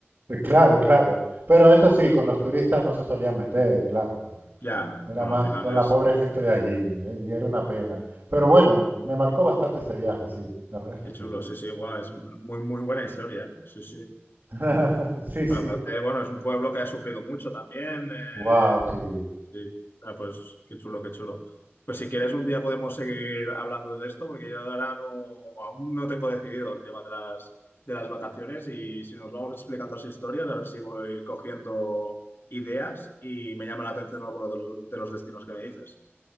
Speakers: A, on the right; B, on the left.
A: eh, Claro, claro. Pero eso sí, con los turistas no se solían meter, claro. por-
B: ya,
A: era
B: bueno,
A: más
B: al final
A: con la
B: es...
A: pobre gente de allí eh, y era una pena. Pero bueno, me marcó bastante ese viaje, sí. La verdad
B: Qué
A: es que sí.
B: chulo, sí, sí, guau, es muy, muy buena historia, ¿eh? Sí, sí.
A: <laughs> Sí, sí.
B: Bueno, Aparte, bueno, es un pueblo que ha sufrido mucho también. eh,
A: Wow, sí.
B: sí, Ah, pues qué chulo, qué chulo. Pues si quieres, un día podemos seguir hablando de esto, porque yo ahora no, aún no tengo decidido el tema de las, de las vacaciones y si nos vamos explicando las historias, a ver si voy cogiendo ideas y me llama la atención alguno de los, de los destinos que me dices.